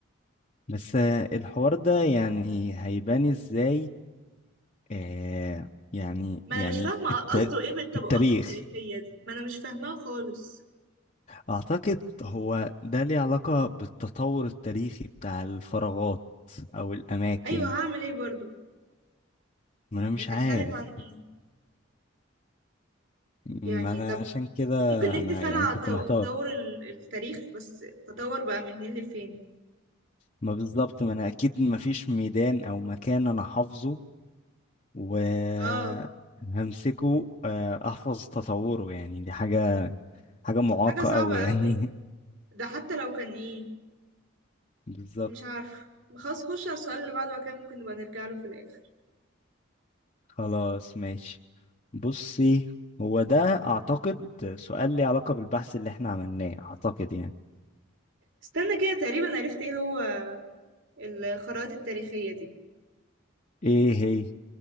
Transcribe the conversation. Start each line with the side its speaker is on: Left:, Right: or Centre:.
Left: بس الحوار ده يعني هيبان ازاي اه يعني
Right: ما
Left: يعني
Right: انا مش فاهمة
Left: الت...
Right: قصده ايه بالطبقات
Left: التاريخ
Right: التاريخية دي ما انا مش فاهماها خالص
Left: أعتقد هو ده ليه علاقة بالتطور التاريخي بتاع الفراغات أو الأماكن
Right: ايوه هعمل ايه برضو
Left: ما أنا مش
Right: يعني
Left: عارف
Right: هتكلم عن ايه يعني
Left: ما أنا
Right: طب
Left: عشان كده
Right: ممكن نكتب
Left: أنا
Right: فعلا
Left: يعني
Right: على
Left: كنت
Right: تو-
Left: محتار
Right: تطور ال- التاريخ بس تطور بقى من هنا لفين
Left: ما بالظبط ما أنا أكيد ما فيش ميدان أو مكان أنا حافظه وهمسكه
Right: اه
Left: آه، أحفظ تطوره يعني دي حاجة حاجة معاقة
Right: حاجة صعبة
Left: أوي يعني
Right: قوي ده حتى لو كان ايه
Left: <laughs> بالظبط
Right: مش عارف خلاص خش على السؤال اللي بعده وكان ممكن نبقى نرجع له في الآخر
Left: خلاص ماشي بصي هو ده أعتقد سؤال ليه علاقة بالبحث اللي احنا عملناه أعتقد يعني
Right: استنى كده تقريبا عرفت ايه هو الخرائط التاريخية دي
Left: ايه هي